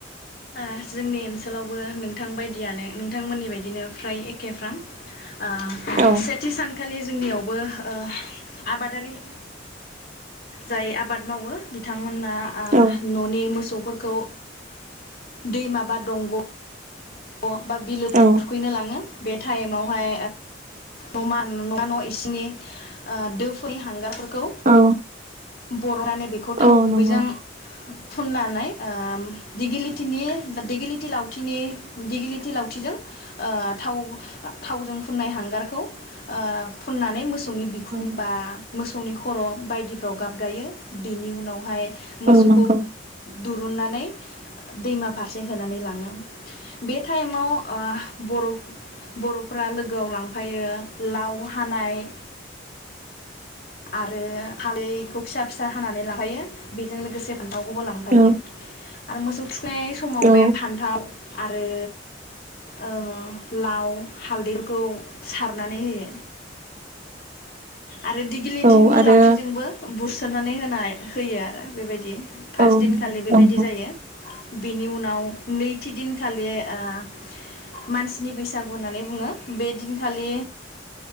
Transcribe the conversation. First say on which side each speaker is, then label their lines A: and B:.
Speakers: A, on the left; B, on the right.
A: ओ जोंनि ओनसोलावबो नोंथां बायदियानो नोंथांमोननि बायदिनो फ्राय एखे फ्राम ओ
B: औ
A: सेथि सानखालि जोंनियावबो ओ आबादारि जाय आबाद मावो बिथां मोनना आ
B: औ
A: न'नि मोसौफोरख खौ दैमा बा दंग' ग' बा बिलोफ्राव
B: औ
A: थुखैनो लाङो बे थाइमावहाय ओ <unintelligible> न' नंङा न' इसिननि ओ दोनि हांगारफोर खौ
B: औ
A: बर'नानै बेखौ थाव
B: औ
A: गुबैजों
B: नंगौ
A: फुननानै ओम दिगिलिथिनि दिगिलिथि लावथिनि दिगिलिथि लावथिजों ओ थाव थावजों फुननाय हांगारखौ ओ फुननानै मोस सौनि बिखुं
B: औ
A: बा मोसौनि खर' बायदिफ्राव गाब गायो बेनि उनावहाय मोसौखौ
B: औ नंगौ
A: दुरुननानै दैमा फारसे होनानै लाङो बे थाइमाव ओ बर'ब बर'फोरा लोगोआव लांफायो लाव हानाय आरो हा <unintelligible> फिसा फिसा हानानै लांफायो बेजों लोगोसे फान्थावखौबो लांफायो
B: औ
A: आरो मोसौ‌ थु <unintelligible> य समाव
B: औ
A: बे फान्थाव आरो औ लाव हालदैफोरखौ सारनानै होयो आ आरो दिगि लिथिनि
B: औ आरो
A: लावथिजोंबो बुरस्रोदनानै होनाय होयो आरो बेबायदि फास
B: औ
A: दिनखालि बेबायदि
B: नंगौ
A: जायो बिनि उनाव नैथि दिनखालि ओ मानसिनि बैसागु होननानै बुङो बे दिनखालि